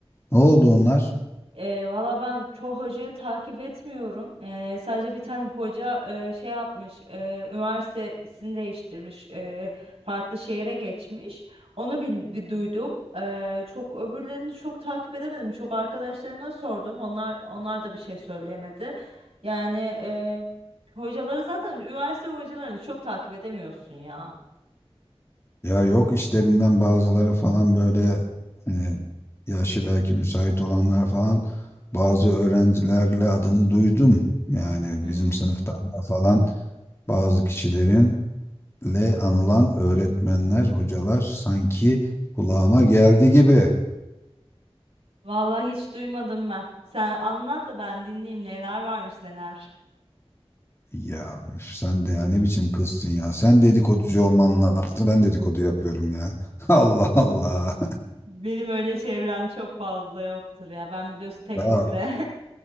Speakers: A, on the left; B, on the right.
A: Ne oldu onlar?
B: E, valla ben çoğu hocayı takip etmiyorum. E, sadece bir tane hoca e, şey yapmış, e, üniversitesini değiştirmiş, e, farklı şehre geçmiş. Onu bil, bir duydum. E, çok öbürlerini çok takip edemedim. Çok arkadaşlarıma sordum. Onlar onlar da bir şey söyleyemedi. Yani e, hocaları zaten üniversite hocalarını çok takip edemiyorsun ya.
A: Ya yok işlerinden bazıları falan böyle hani yaşı belki müsait olanlar falan bazı öğrencilerle adını duydum. Yani
B: Hmm.
A: bizim sınıftan da falan bazı kişilerinle anılan öğretmenler, hocalar sanki kulağıma geldi gibi.
B: Vallahi hiç duymadım ben. Sen anlat da ben dinleyeyim neler varmış neler.
A: Ya üf, sen de ya ne biçim kızsın ya. Sen dedikoducu olman lazım. Ben dedikodu yapıyorum ya. <laughs> Allah Allah.
B: Benim öyle çevrem çok fazla yoktur ya. Ben biliyorsun tek
A: Ya
B: düze.